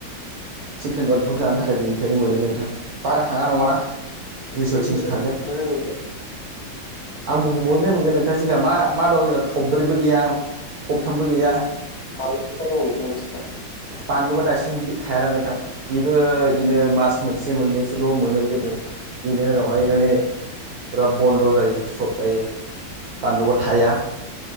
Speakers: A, on the right; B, on the left.
A: चिकेन ललिपप जानो थाखाय बेनिफ्रायनो मोनो नोंथां बारा थाङा नङाना
B: <unintelligible>
A: दुइस' थिनस' थांगोन
B: मोजां न
A: आंबो बबनिफ्राय मोनगोन नोंथां जोंहा मा मा दं जोंना खब्रैबो गैया खबथामबो गैया
B: <unintelligible> दं नोंथां नोंसोर
A: बानलुवा दासिम थायाना नोंथां बेबो बिदिनो मास मोनसे मोननैसोल' मोनो जोङो बेनि उनावहाय माने फुरा बन्द' जायो स्टप जायो बानलुआ थाया